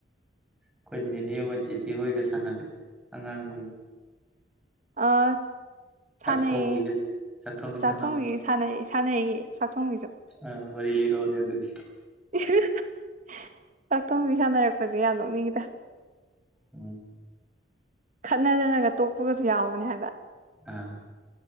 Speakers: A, in the centre; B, on the right.
A: ꯑꯩꯈꯣꯏ ꯅꯦꯅꯦ ꯍꯣꯏ ꯆꯤꯆꯦ ꯍꯣꯏꯒ ꯁꯥꯟꯅꯔꯦ ꯑꯉꯥꯡ ꯑꯣꯏꯔꯤ
B: ꯑ
A: ꯆꯥꯛꯊꯣꯡꯕꯤꯒ
B: ꯁꯥꯟꯅꯔꯛꯑꯦ
A: ꯆꯥꯛꯊꯣꯡꯕꯤ
B: ꯆꯥꯛꯊꯣꯡꯕꯤꯒꯤ
A: ꯁꯥꯟꯅꯕ
B: ꯁꯥꯟꯅꯔꯛꯑꯦ ꯁꯥꯟꯅꯔꯛꯑꯦ ꯆꯥꯛꯊꯣꯡꯕꯤꯁꯨ
A: ꯑ ꯋꯥꯔꯤ ꯂꯤꯔꯛꯑꯣꯅꯦ ꯑꯗꯨꯒꯤ
B: <unintelligible> ꯆꯥꯛꯊ‌ꯣꯡꯕꯤ ꯁꯥꯟꯅꯔꯛꯄꯁꯦ ꯌꯥꯝ ꯅꯣꯛꯅꯤꯡꯉꯤꯗ
A: ꯎꯝ
B: ꯈꯠꯅꯗꯅꯒ ꯇꯣꯛꯄꯒꯁꯨ ꯌꯥꯎꯕꯅꯦ ꯍꯥꯏꯕ
A: ꯑ